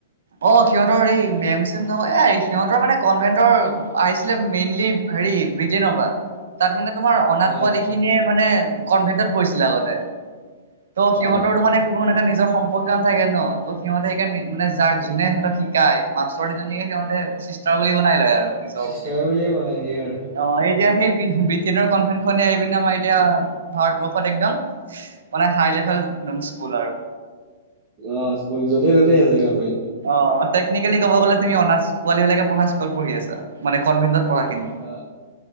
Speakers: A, on the right; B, on the right.
A: অ সিহঁতৰ এই মেম চেম নহয় এ সিহঁতৰ মানে কনভেন্টৰ আছি- লে মেইনলি হেৰি ব্ৰিটেইনৰ পৰা। তাত মানে তোমাৰ অনাথ
B: অ',
A: পোৱালি খিনিয়ে মানে কনভেন্টত পঢ়িছিলে আগতে, তো সিহঁতৰ
B: অ',
A: টো মানে সেইবোৰ হেনেকা নিজৰ সম্পৰ্কীয় নাথাকে ন ত সিহঁতে সেইকাৰণে মানে যাক যোনে সিহঁতক শিকায় মাষ্টৰ দুজনীকে সিহঁতে চিষ্টাৰ বুলি বনাই লয় আৰু। নিজৰ
B: চিষ্টাৰ
A: বুলি,
B: বুলিয়ে বনাই দিয়ে আৰু
A: অ এই এতিয়া সেই বি ব্ৰিটেইনৰ কনভেনট খনে আহি পিনে আমাৰ এতিয়া ভাৰতবৰ্ষত একদম মানে হাই লেভেল একদম স্কুল আৰু।
B: অ স্কুল য'তেই ত'তেই আছে কনভেন্ট।
A: অ টেকনিকেলি কব গ'লে তুমি অনাথ পোৱালীবিলাকে পঢ়া স্কুলত পঢ়ি আছা, মানে কনভেন্টত পঢ়াখিনি।
B: অ